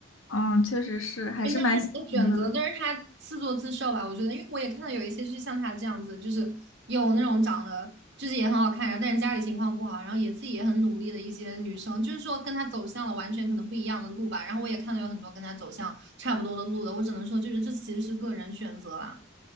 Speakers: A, on the left; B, on the right.
A: 嗯，确实是，还是蛮心疼的
B: 因为他现在的选择都是他自作自受吧，我觉得，因为我也看到有一些就是像他这样子，就是有那种长得就是也很好看，然后但是家里情况不好，然后也自己也很努力的一些女生，就是说跟他走向了完全可能不一样的路吧。然后我也看到有很多跟他走向差不多的路的，我只能说就是这其实是个人选择啦。